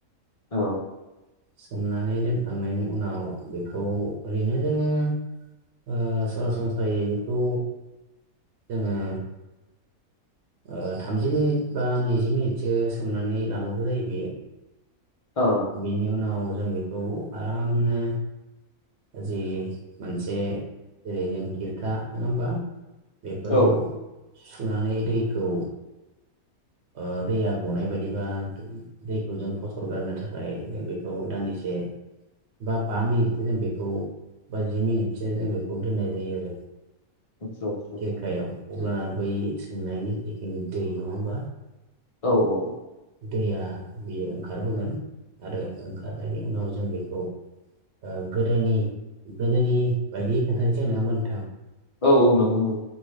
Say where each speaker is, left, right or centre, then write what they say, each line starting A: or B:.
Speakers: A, on the left; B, on the right.
A: औ
B: सोमनानै दोनखांनायनि उनाव बेखौ ओरैनो जोङो ओ सरासनस्रायै बेखौ जोङो ओ थामजि मिनिट बा नैजि मिनिटसो सोमनानै लाबाबो जायो बेयो।
A: औ
B: बेनि उनाव जों बेखौ आरामनो जि मोनसे जेरै जों खिरखा नङा होनबा? बेफोराव
A: औ
B: सुनानै दैखौ ओ दैया गनाय बायदिबा दैखौ जों फसर गारनो थाखाय जों बेखौ दान्दिसे <unintelligible> बा बा मिनिटसो जों बेखौ बा जि मिनिटसो जों बेखौ दोननाय जायो आरो‌
A: आतसा आतसा आतसा
B: खेरखायाव अब्ला बै संनायनि जिखिनि दै नङा होनबा?
A: औ औ।
B: दैया बियो ओंखारबोगोन आरो ओंखारनायनि उनाव जों बेखौ ओ गोदोनि गोदोनि बायदि खोन्थानोसै आं नङा होनबा नोंथां?
A: औ औ नंगौ नंगौ।